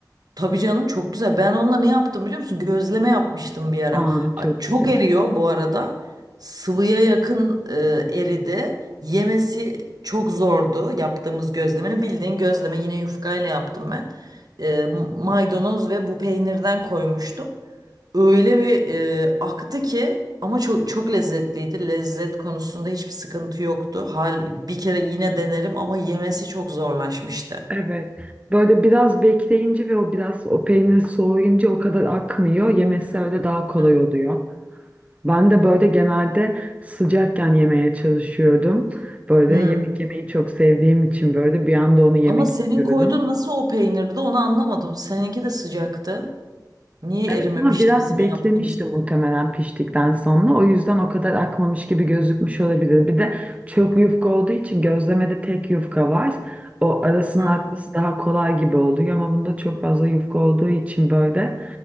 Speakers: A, on the right (about 60°); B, on the right (about 20°).
A: Tabii canım çok güzel. Ben onunla ne yaptım biliyor musun? Gözleme yapmıştım bir ara.
B: Aa çok
A: A- Çok
B: güzel.
A: eriyor bu arada. Sıvıya yakın e, eridi. Yemesi çok zordu yaptığımız gözlemenin. Bildiğin gözleme yine yufkayla yaptım ben. E, maydanoz ve bu peynirden koymuştum. Öyle bir e, aktı ki ama çok çok lezzetliydi. Lezzet konusunda hiçbir sıkıntı yoktu. Hal bir kere yine denerim ama yemesi çok zorlaşmıştı.
B: Evet. Böyle biraz bekleyince ve o biraz o peynir soğuyunca o kadar akmıyor. Yemesi öyle daha kolay
A: Hı hı.
B: oluyor. Ben de böyle genelde sıcakken yemeye çalışıyordum. Böyle
A: Hmm.
B: yemek yemeyi çok sevdiğim için böyle bir anda onu yemek
A: Ama senin
B: istiyordum.
A: koyduğun nasıl o peynirdi onu anlamadım. Seninki de sıcaktı. Niye
B: Evet
A: erimemişti
B: ama biraz
A: bizim
B: beklemişti
A: yaptığımız gibi?
B: muhtemelen piştikten sonra. O yüzden o kadar akmamış gibi gözükmüş olabilir. Bir de çok yufka olduğu için gözlemede tek yufka var. O arasının
A: Hı hı.
B: akması daha kolay gibi oluyor ama bunda çok fazla yufka olduğu için böyle